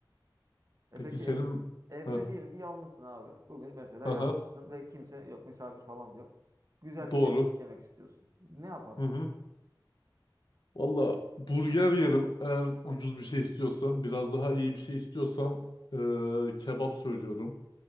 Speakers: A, on the right (about 45°); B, on the left (about 60°).
A: E
B: Peki
A: peki
B: senin...
A: e- evde
B: Heh,
A: diyelim ki yalnızsın abi. Bugün mesela
B: aha,
A: yalnızsın ve kimse yok misafir falan da yok. Güzel
B: doğru.
A: bir yemek yemek istiyorsun. Ne yaparsın?
B: Hı hı. Valla burger yerim eğer ucuz bir şey istiyorsam. Biraz daha iyi bir şey istiyorsam eee, kebap söylüyorum.